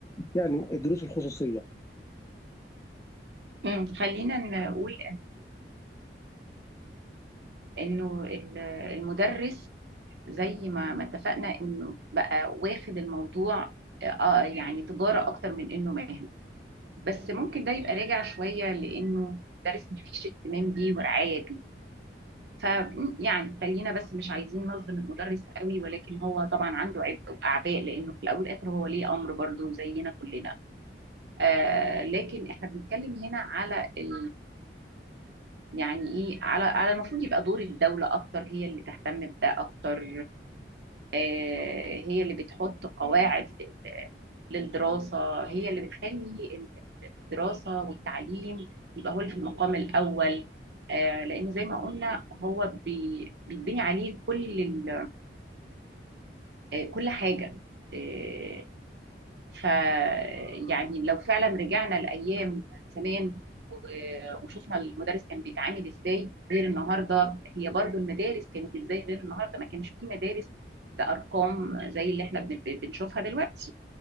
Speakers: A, on the left; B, on the right.
A: يعني الدروس الخصوصيه
B: مم. خلينا نقول انه ال- المدرس زي ما ما اتفقنا انه بقى واخد الموضوع آه يعني تجارة اكتر من انه مهنة بس ممكن ده يبقى راجع شوية لانه المدرس مفيش اهتمام بيه ورعاية فيعني خلينا بس مش عايزين نظلم المدرس قوي ولكن هو طبعا عنده عبء واعباء لانه في الاول والاخر هو ليه امر برضه زينا كلنا آه لكن احنا بنتكلم هنا على ال يعني ايه على على المفروض يبقى دور الدوله اكتر هي اللي تهتم بده اكتر آه هي اللي بتحط قواعد للدراسه هي اللي بتخلي الدراسه والتعليم يبقى هو اللي في المقام الاول آه لان زي ما قلنا هو بي- بيتبني عليه كل ال آه، كل حاجة آه، ف يعني لو فعلا رجعنا لأيام زمان و- وشفنا المدرس كان بيتعامل ازاي غير النهارده هي برضو المدارس كانت ازاي غير النهارده ما كانش في مدارس بأرقام زي اللي احنا بن- بنشوفها دلوقتي